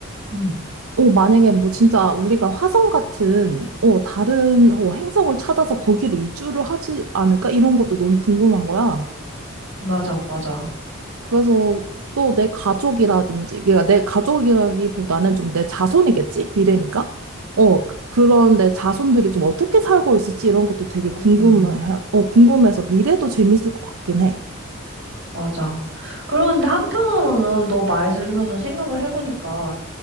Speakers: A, on the right (about 55°); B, on the right (about 80°).
A: 음.
B: 어, 만약에 뭐 진짜 우리가 화성 같은, 어, 다른, 어, 행성을 찾아서 거기로 이주를 하지 않을까? 이런 것도 너무 궁금한 거야.
A: 맞아, 맞아.
B: 그래서 또 내 가족이라든지, 그러니까 내 가족이라기보다는 좀 내 자손이겠지? 미래니까? 어, 그- 그런 내 자손들이 좀 어떻게 살고 있을지 이런 것도 되게 궁금해,
A: 음.
B: 어, 궁금해서 미래도 재밌을 것 같긴 해.
A: 맞아. 그런데 한편으로는 너 말 들으면서 생각을 해보니까